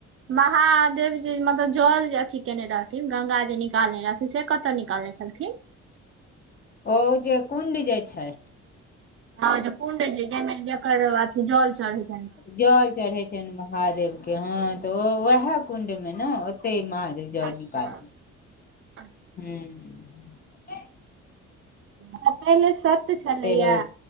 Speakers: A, on the right; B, on the left.
A: महादेव जी मतलब जल जे अथिी केने रहथिन गंगा जे निकालने रहथिन से कतऽ'निकालने छलथिन?
B: ओ जे कुं्ड जे छै।
A: हँ कुं्ड छैमे जकर अथी जल चढ़ै छै।
B: जल चढ़े छनि महादेव के हं तऽ'ओ वएह कुण्ड। ने ओते महादेव जलनी
A: अच्छा
B: करल
A: अच्छा।
B: हू।
A: त पहिल सत्य छलैया।
B: ओते रहै